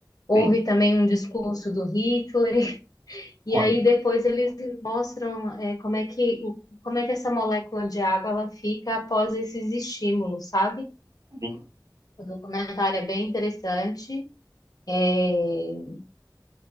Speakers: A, on the left (about 55°); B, on the right (about 50°).
A: ouve
B: Tem.
A: também um discurso do Hitler, <laughs> e
B: Olha,
A: aí depois eles mostram eh, como é que, o- como é que essa molécula de água ela fica após esses estímulos, sabe?
B: tem.
A: O documentário é bem interessante. É,